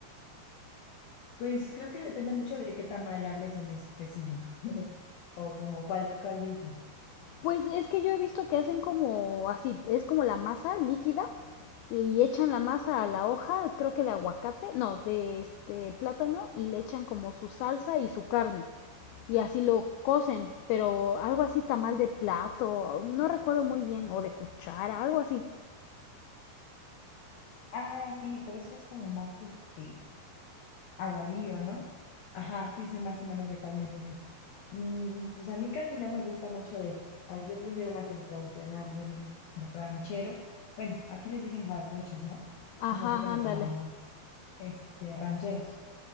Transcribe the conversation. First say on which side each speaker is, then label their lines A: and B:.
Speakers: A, on the left; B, on the left.
A: Pues creo que depende mucho de qué tamal hables en específico. <laughs> O como cuál, cuál dices.
B: Pues es que yo he visto que hacen como así, es como la masa líquida y echan la masa a la hoja, creo que de aguacate, no, de este plátano y le echan como su salsa y su carne y así lo cocen, pero algo así tamal de plato, no recuerdo muy bien, o de cuchara, algo así.
A: Ah, sí, pero eso es como más este. Aguadillo, ¿no? Ajá, sí sé más o menos de cuál me dices. Mm, pues a mí casi no me gusta mucho de ese. Ah, yo prefiero más el tradicional, el ranchero. Bueno, aquí les dicen jarochos, ¿no?
B: Ajá,
A: Nosotros les
B: ándale.
A: llamamos este, rancheros.